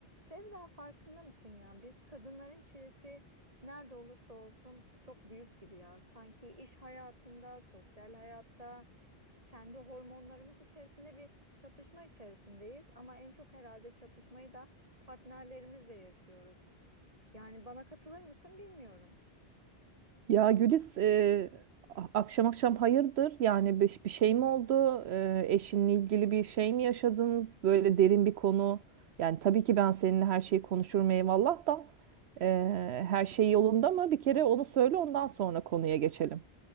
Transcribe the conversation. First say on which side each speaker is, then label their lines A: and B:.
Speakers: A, on the right (about 35°); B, on the right (about 80°).
A: Sevda farkında mısın ya? Biz kadınların çilesi nerede olursa olsun çok büyük gibi ya. Sanki iş hayatında, sosyal hayatta, kendi hormonlarımız içerisinde bir çatışma içerisindeyiz. Ama en çok herhalde çatışmayı da partnerlerimizle yaşıyoruz. Yani bana katılır mısın bilmiyorum.
B: Ya Güliz, e, a- akşam akşam hayırdır? Yani bir, bir şey mi oldu? E, eşinle ilgili bir şey mi yaşadınız? Böyle derin bir konu. Yani tabii ki ben seninle her şeyi konuşurum eyvallah da e, her şey yolunda mı? Bir kere onu söyle ondan sonra konuya geçelim.